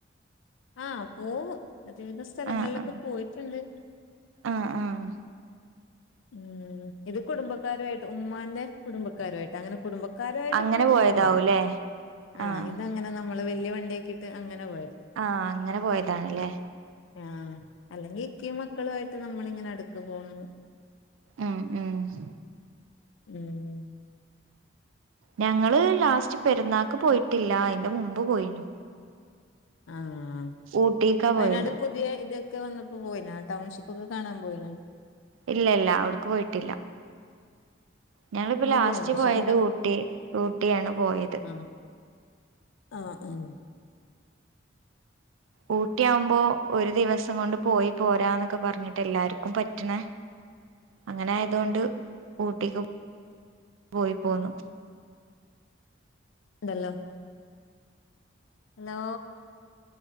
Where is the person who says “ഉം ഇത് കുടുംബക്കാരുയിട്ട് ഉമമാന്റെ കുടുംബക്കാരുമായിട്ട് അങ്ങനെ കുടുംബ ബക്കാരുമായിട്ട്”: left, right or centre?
Left